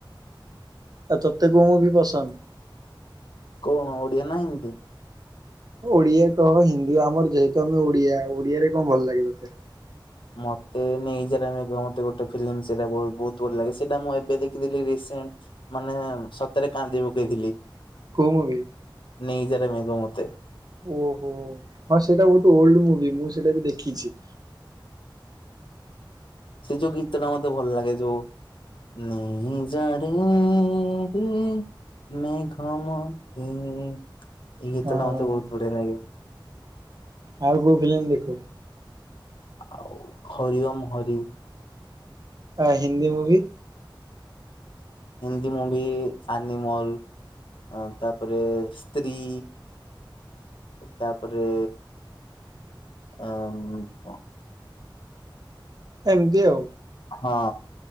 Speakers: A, on the right (about 50°); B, on the left (about 75°).
A: ଆ ତତେ କୋଉ ମୁଁଭି ପସନ୍ଦ?
B: କଣ ଓଡିଆ ନା ହିନ୍ଦୀ?
A: ଓଡିଆ କହ ହିନ୍ଦୀ ଆମର ଯେହେତୁ ଆମେ ଓଡିଆ ଓଡିଆରେ କଣ ଭଲ ଲାଗେ ତୋତେ?
B: ମତେ ନେଇେଜାରେ ମେଘ ମତେ ଗୋଟେ ଫିଲିମ୍ ସେଇଟା ବୋଉତ ବୋହୁତ୍ ତୋର୍ ଲାଗି ସେଟା ମୁଁ ଏବେ ଦେଖିଦଥିଲି ରସେଣ୍ଟ ମାନେ ସତରେ କାନ୍ଦି ପକେଇଥିଲି
A: କୋଉ ମୁଭି?
B: ନେଇଜାରେ ମେଘ ମତେ।
A: ଓହୋ ହଁ ସେଇଟା ବୋହୁତ ଓଲ୍ଡ ମୁଭି ମୁଁ ସେଇଟା ବି ଦେଖିଛି।
B: ସେଇ ଯୋଉ ଗୀତ ଟା ମତେ ଭଲ ଲାଗେ ଯୋଉ? ନେଇ ଯାରେ ହେଁ ମେଘ ମତେ ଏଇ ଗୀତ
A: ହଁ।
B: ଟା ମତେ ବୋହୁତ ବଢିଆ ଲାଗେ।
A: ଆଉ କୋଉ ଫିଲିମ୍ ଦେଖୁ?
B: ଆଉ ହରିଓମ ହରି।
A: ଆ Hindi movie?
B: Hindi movie Animal ଆ ତାପରେ ସ୍ତ୍ରୀ। ତାପରେ ଆ ଉଁ ଅ।
A: ଏମିତି ଆଉ
B: ହଁ